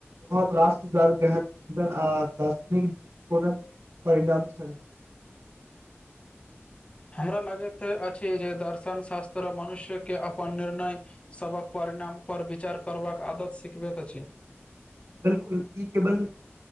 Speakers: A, on the right; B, on the left.
A: बहोत राष्ट्र दर के आ दार्शनिक दृष्टिकोणक परिणाम छै <inaudible>
B: हमरा लागित अछि जे दर्शन शास्त्र मनुष्य के अपन निर्णय सबक परिणाम पर विचार करबाक आदत सिखबैत अछि
A: बिलकुल ई केवल